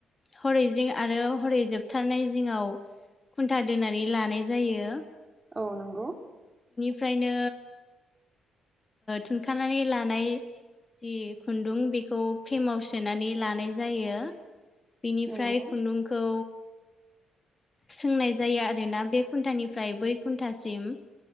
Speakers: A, on the left (about 25°); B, on the right (about 20°).
A: हरै जिं आरो हरै जोबथारनाय जिङाव खुन्था दोननानै लानाय जायो।
B: औ नंगौ
A: ओफ्रायनो थुनखानानै लानाय जि खुन्दुं बेखौ फ्रेमाव सोनानै लानाय जायो बेनिफ्राय
B: नंगौ
A: खुन्दुंखौ सोंनाय जायो आरोना बे घुन्टानिफ्राय बै घुन्टासिम